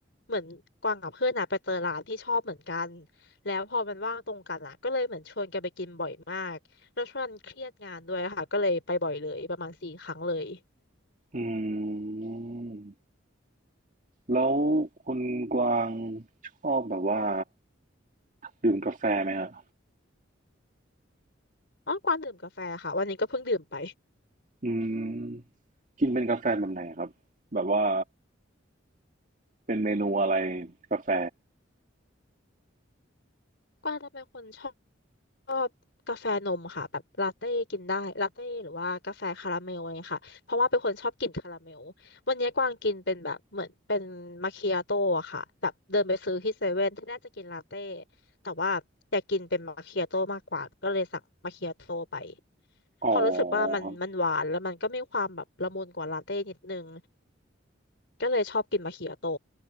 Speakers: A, on the left (about 65°); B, on the right (about 40°).
A: เหมือนกวางกับเพื่อนอะไปเจอร้านที่ชอบเหมือนกันแล้วพอมันว่างตรงกันอะก็เลยเหมือนชวนกันไปกินบ่อยมากแล้วช่วงนั้นเครียดงานด้วยค่ะก็เลยไปบ่อยเลยประมาณสี่ครั้งเลย
B: อืมแล้วคุณกวางชอบแบบว่าดื่มกาแฟไหมฮะ
A: อ๋อกวางดื่มกาแฟค่ะวันนี้ก็เพิ่งดื่มไป
B: อืมกินเป็นกาแฟแบบไหนครับแบบว่าเป็นเมนูอะไรกาแฟ
A: กวางจะเป็นคนชอบ ชอบกาแฟนมค่ะแบบลาเต้กินได้ลาเต้หรือว่ากาแฟคาราเมลอะไรเงี้ยค่ะเพราะว่าเป็นคนชอบกินคาราเมลวันนี้กวางกินเป็นแบบเหมือนเป็นมาคิอาโต้อะค่ะแบบเดินไปซื้อที่เซเว่นที่แรกจะกินลาเต้แต่ว่าอยากกินเป็นมาคิอาโต้มากกว่าก็เลยสั่งมาคิอาโต้ไป
B: อ๋อ
A: พอรู้สึกว่ามันมันหวานแล้วมันก็มีความแบบละมุนกว่าลาเต้นิดนึง
B: ครับ
A: ก็เลยชอบกินมาคิอาโต้